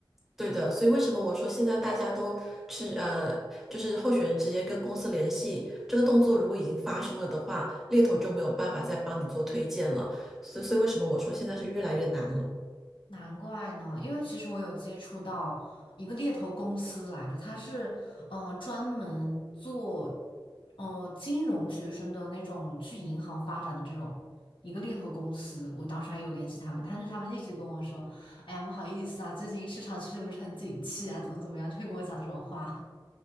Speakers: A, in the centre; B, on the left.
A: 对的，所以为什么我说现在大家都是呃，就是候选人直接跟公司联系，这个动作如果已经发生了的话，猎头就没有办法再帮你做推荐了。所以所以为什么我说现在是越来越难了？
B: 难怪呢，因为其实我有接触到一个猎头公司来着，它是嗯、呃专门做呃金融学生的那种去银行发展的这种一个猎头公司，我当时还有联系他们，但是他们一直跟我说，哎呀不好意思啊，最近市场是不是很景气啊，怎么怎么样，就会跟我讲这种话。